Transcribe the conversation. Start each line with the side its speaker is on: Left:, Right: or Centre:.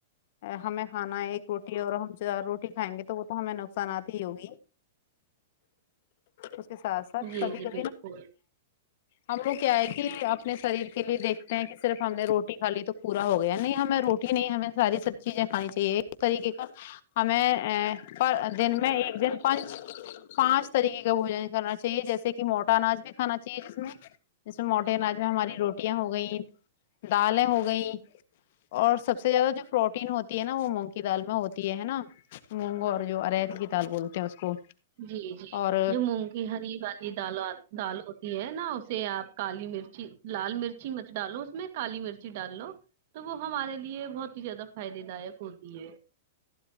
Left: ہمیں کھانا ہے ایک روٹی اور ہم چار روٹی کھائیں گے تو وہ تو ہمیں نقصانات ہی ہوگی اس کے ساتھ ساتھ
Right: جی
Left: سبھی
Right: جی
Left: کا
Right: بالکل
Left: ہم لوگ کیا ہے کہ اپنے شریر کے لیے دیکھتے ہیں کہ صرف ہم نے روٹی کھا لی تو پورا ہو گیا نہیں ہمیں روٹی نہیں ہمیں ساری سب چیزیں کھانی چاہیے ایک طریقے کا ہمیں ا پر دن میں ایک دن پچ پانچ طریقے کا بوجن کرنا چاہیے جیسے کہ کہ موٹا اناج بھی کھانا چاہیے جس میں جیسے موٹے اناج میں ہماری روٹیاں ہو گئیں دالیں ہو گئیں اور سب سے زیادہ جو پروٹین ہوتی ہے نا وہ مونگک کی دال میں ہوتی ہے نا مونگو اور جو اریت کی تال بولتے ہیں اس کو
Right: جی جی
Left: اور
Right: جو مونگ کی ہری والی دال دال ہوتی ہے نا اسے آپ کالی مرچی لال مرچی مت ڈالو اس میں کالی مرچی ڈال لو تو وہ ہمارے لیے بہت ہی زیادہ فائدے دائک ہوتی ہے